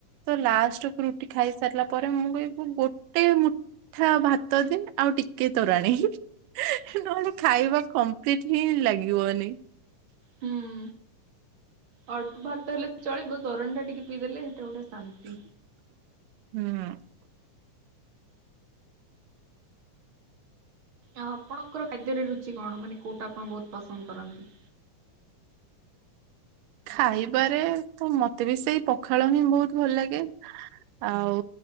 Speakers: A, on the right; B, on the right.
A: ତ ଲାଷ୍ଟ କୁ ରୁଟି ଖାଇ ସାରିଲା ପରେ ମୁଁ ବି ଗୋଟେ ମୁଠା ଭାତ ଦିନ ଆଉ ଟିକେ ତୋରାଣି। <unintelligible> ନହେଲେ ଖାଇବା କମ୍ପ୍ଲିଟ ହିଁ ଲାଗିବନି।
B: ହୁଁ ଅଳ୍ପ ଭାତ ହେଲେ ଚଳିବ ତୋରାଣି ଟା ଟିକେ ପିଇଦେଲେ ସେଇଟା ଗୋଟେ ଶାନ୍ତି।
A: ହୁଁ।
B: ଆପଣଙ୍କର ଖାଦ୍ୟରେ ରୁଚି କଣ ମାନେ କୋଉଟା ଆପଣ ବହୁତ ପସନ୍ଦ କରନ୍ତି?
A: ଖାଇବାରେ ତ ମତେ ବି ସେଇ ପଖାଳ ହିଁ ବହୁତ ଭଲ ଲାଗେ। ଆଉ